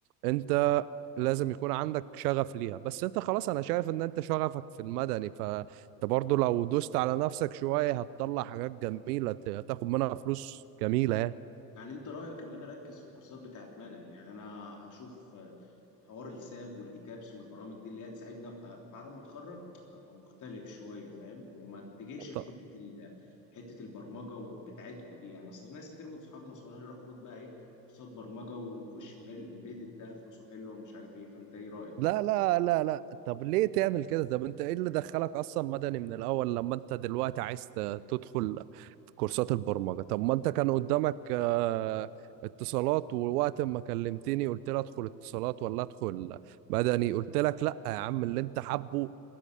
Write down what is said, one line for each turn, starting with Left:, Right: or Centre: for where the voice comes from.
Right: انت لازم يكون عندك شغف ليها بس انت خلاص انا شايف ان انت شغفك في المدني فانت برضو لو دوست على نفسك شوية هتطلع حاجات جميلة ت- هتاخد منها فلوس جميلة
Left: يعني انت رايك ان انا اركز في الكورسات بتاعت مدني يعني انا اشوف آه، حوار الساب والايتابس والبرامج دي اللي هي تساعدني ابقى بعد ما اتخرج ابقى مختلف شويه فاهم وما اتجهش
Right: يعني
Left: لحته ال... حته البرمجه و- بتاعتكو دي يعني اصل ناس كتير من صحابي نصحوني روح خد بقى ايه كورسات برمجه وخش مجال الامبيدد ده فلوسه حلوه ومش عارف ايه فانت ايه رايك
Right: لا لا لا لا طب ليه تعمل كده طب انت ايه اللي دخلك اصلا مدني من الاول لما انت دلوقتي عايز ت- تدخل في كورسات البرمجة طب ما انت كان قدامك آه، اتصالات ووقت ما كلمتني قلت لي ادخل اتصالات ولا ادخل مدني قلت لك لا يا عم اللي انت حابه